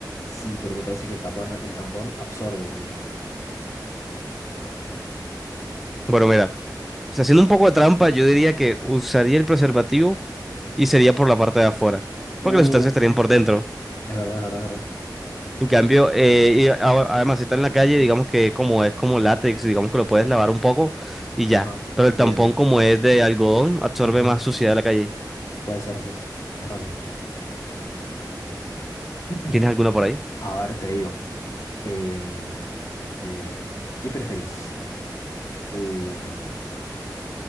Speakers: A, on the left; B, in the centre.
A: Sí, pero me parece que el tapón, el tampón absorbe el.
B: Bueno, mira, o sea, haciendo un poco de trampa, yo diría que usaría el preservativo y sería por la parte de afuera,
A: Uh,
B: porque las sustancias estarían por dentro.
A: es verdad, es verdad, es verdad.
B: En cambio, eh, y a- además si está en la calle, digamos que como es como látex, digamos que lo puedes lavar un poco y ya.
A: Ajá.
B: Pero el
A: Bien,
B: tampón
A: bien.
B: como es de algodón, absorbe
A: Ujú.
B: más suciedad de la calle.
A: Puede ser así. Tienes razón. <clears throat>
B: ¿Tienes alguna por ahí?
A: A ver, te digo. Em, eh, ¿qué preferís? em,